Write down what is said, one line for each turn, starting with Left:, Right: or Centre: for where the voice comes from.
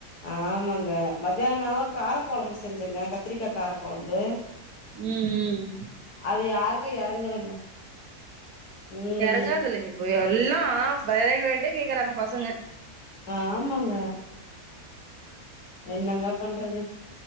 Left: ஆமாங்க மத்தியானோ காரக்கொழம்பு செஞ்சங்க கத்திரிக்கா காரக்கொழம்பு
Right: ம் ம்
Left: அது யாருக்கு எறங்கலங்க ம்
Right: எறங்கார்தில்லைங்க இப்போ எல்லா வெரைட்டி வெரைட்டியா கேக்குறாங்க பசங்க
Left: ஆமாங்க என்னங்க பண்றது